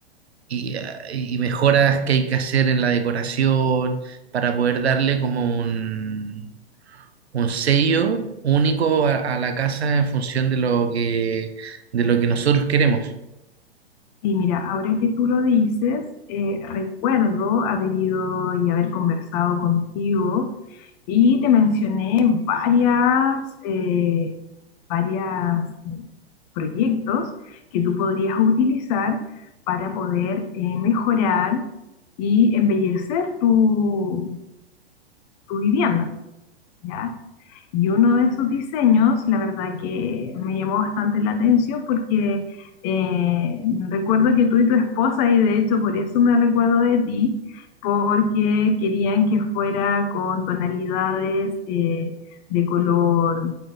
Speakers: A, on the right (about 85°); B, on the left (about 40°).
A: y, ah, y mejoras que hay que hacer en la decoración para poder darle como un, un sello único a, a la casa en función de lo que, de lo que nosotros queremos.
B: Sí, mira, ahora que tú lo dices, eh, recuerdo haber ido y haber conversado contigo y te mencioné varias, eh, varias eh, proyectos que tú podrías utilizar para poder eh, mejorar y embellecer tu tu vivienda, ¿ya? Y uno de esos diseños, la verdad que me llamó bastante la atención porque eh, recuerdo que tú y tu esposa, y de hecho por eso me recuerdo de ti, porque querían que fuera con tonalidades eh, de color